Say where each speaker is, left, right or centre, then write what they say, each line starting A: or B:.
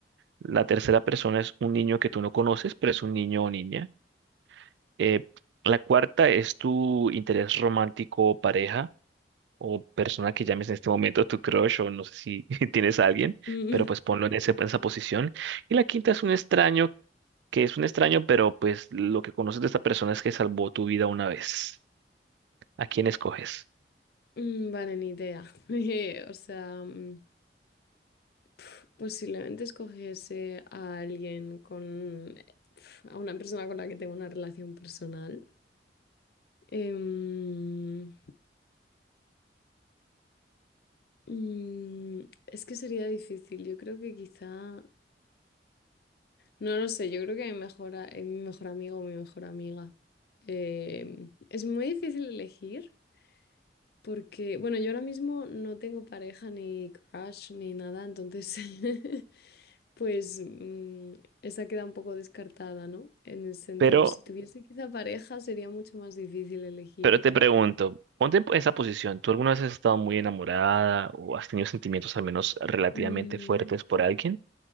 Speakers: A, on the right; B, on the left.
A: La tercera persona es un niño que tú no conoces, pero es un niño o niña. Eh, la cuarta es tu interés romántico o pareja o persona que llames en este momento tu crush o no sé si <laughs> tienes a alguien,
B: Mm,
A: pero pues ponlo
B: <laughs>
A: en ese- en esa posición. Y la quinta es un extraño que es un extraño, pero pues lo que conoces de esta persona es que salvó tu vida una vez. ¿A quién escoges?
B: mm, vale, ni idea. <laughs> Eh, O sea, mm, pf, posiblemente escogiese a alguien con. pf, a una persona con la que tengo una relación personal. Em, mm, es que sería difícil. Yo creo que quizá. No lo sé, yo creo que mi mejor, a- eh, mi mejor amigo o mi mejor amiga. Em, es muy difícil elegir porque, bueno, yo ahora mismo no tengo pareja ni crush ni nada, entonces, <laughs> pues mm, esa queda un poco descartada, ¿no? En el sentido,
A: Pero,
B: si tuviese quizá pareja sería mucho más difícil elegir.
A: pero te pregunto, ponte en esa posición. ¿Tú alguna vez has estado muy enamorada o has tenido sentimientos al menos relativamente
B: Mm,
A: fuertes por alguien?